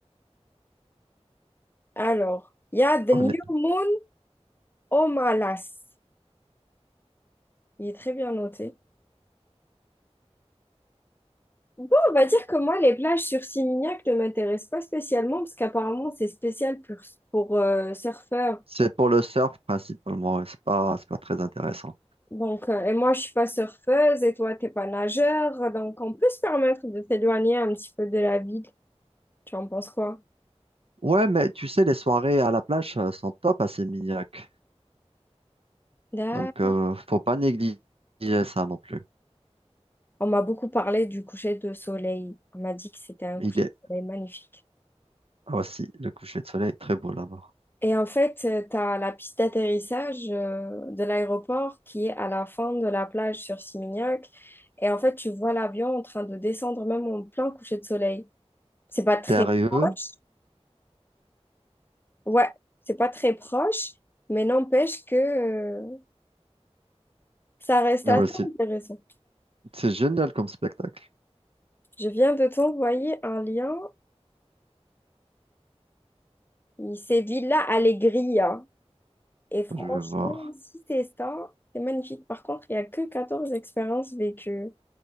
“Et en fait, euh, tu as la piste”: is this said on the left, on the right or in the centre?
Left